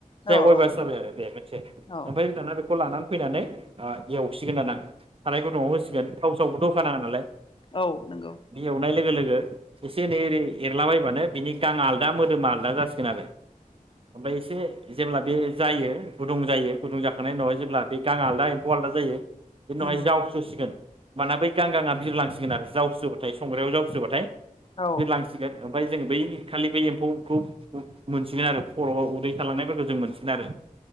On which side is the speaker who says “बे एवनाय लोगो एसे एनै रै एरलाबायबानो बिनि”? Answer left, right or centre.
Right